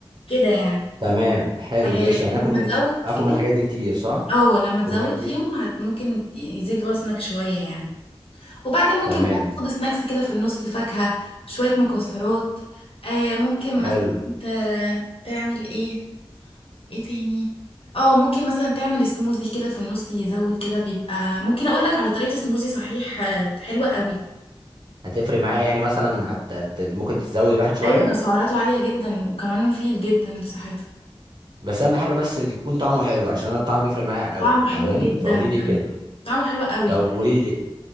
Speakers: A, on the left (about 75°); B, on the right (about 50°).
A: كده يعني
B: تمام حلو
A: آه
B: ماشي يعني
A: لما
B: اكل من
A: تزود
B: اكل
A: فيهم
B: من الحاجات دي كتير صح
A: اه لما تزود
B: اكل منها كتير
A: فيهم هت ممكن يزيد وزنك شوية يعني وبعدين ممكن
B: تمام
A: بقى تاخد سناكس كده في النص فاكهة شوية مكسرات آه ممكن
B: حلو
A: مثلا انت تعمل ايه ايه تاني اه ممكن مثلا تعمل سموزي كده في النص يزود كده بيبقى ممكن اقولك على طريقة سموزي صحيح آه، حلوة قوي
B: هتفرق معايا يعني مثلا هت... هت- ممكن تزود الواحد شويه
A: ايوه ده سعراته عالية جدا وكمان مفيد جدا لصحتك
B: بس اهم حاجه بس يكون طعمه حلو عشان انا الطعم بيفرق معايا قوي
A: طعمه حلو
B: فاهماني
A: جدا
B: فقولي لي
A: كمان
B: كده
A: طعمه حلو قوي
B: طب قولي لي